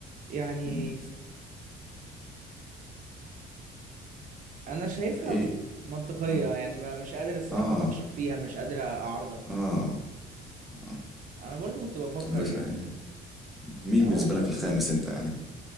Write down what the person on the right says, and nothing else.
يعني
انا شايفها
منطقية
يعني ما مش قادر الصراحة
اناقشك فيها مش قادر اعارضك
انا برضو كنت بفكر
يعني
هو